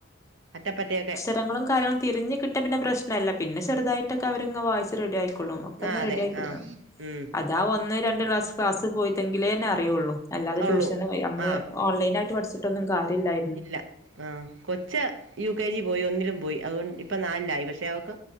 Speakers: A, on the right (about 70°); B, on the left (about 15°).
A: അറ്റപ്പറ്റയൊക്കെ
B: ത്തങ്ങളും കാര്യങ്ങളും തിരിഞ്ഞ് കിട്ടിയാപിന്നെ പ്രശ്നല്ല പിന്നെ ചെറുതായിട്ടൊക്കെ അവര് ഇങ്ങ് വായിച്ച് റെഡിയായി ക്കുണു ഒക്ക
A: ആ
B: ഒന്ന്
A: അതെ
B: റെഡി ആയി കിട്ടണം
A: ആഹ് ഉം
B: അദ് ഇതാ ഒന്ന് രണ്ട് ക്ലാസ് ക്ലാസ് പോയിത്തെങ്കിലേന്നെ അറിയുള്ളൂ അല്ലാതെ
A: ഉള്ളൂ
B: ട്യൂഷന് പോയി അമ്മള്
A: ആഹ്
B: ഓൺലൈനായിട്ട് പഠിച്ചിട്ടൊന്നും കാര്യ ഇല്ലാ
A: ഇല്ല ആഹ് കൊച്ച് യു കെ ജി പോയി ഒന്നിലും പോയി അതുകൊണ്ട് ഇപ്പോ നാലിലായി പക്ഷേ അവക്ക്